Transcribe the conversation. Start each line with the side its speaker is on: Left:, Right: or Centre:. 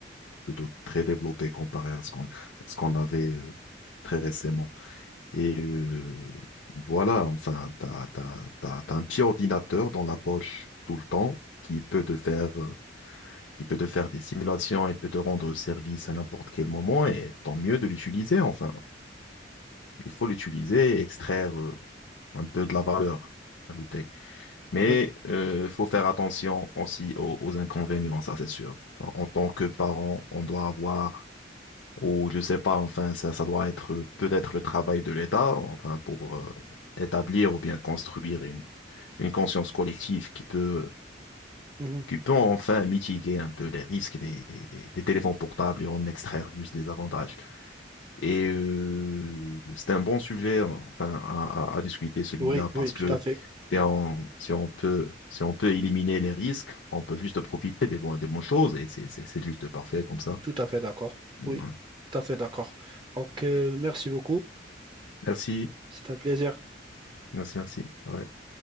Left: plutôt très développés comparé à ce qu'on ce qu'on avait euh, très récemment. Et euh, voilà, enfin, tu as, t'as, t'as- t'as un petit ordinateur dans la poche tout le temps qui peut te faire, euh, qui peut te faire des simulations et peut te rendre service à n'importe quel moment. Et tant mieux de l'utiliser, enfin. Il faut l'utiliser et extraire euh, un peu de la valeur ajoutée. Mais
Right: Oui.
Left: il faut faire attention aussi aux, aux inconvénients, ça c'est sûr. Enfin, en tant que parent, on doit avoir, ou je sais pas, enfin, ça, ça doit être peut-être le travail de l'État, enfin, pour euh, établir ou bien construire une, une conscience collective qui peut,
Right: Mhm.
Left: qui peut enfin mitiguer un peu les risques des, des, des- des téléphones portables et en extraire juste des avantages. Et euh, c'était un bon sujet, hein, enfin, à, à- à discuter celui-là
Right: Oui,
Left: parce
Right: oui,
Left: que
Right: tout à fait.
Left: si on, si on peut, si on peut éliminer les risques, on peut juste profiter des, bon- des bonnes choses et c'est c'est- c'est juste parfait comme ça.
Right: Tout à fait d'accord.
Left: Ouais.
Right: Oui, tout à fait d'accord. Donc, euh, merci beaucoup.
Left: Merci,
Right: C'est un plaisir.
Left: merci, merci. Ouais.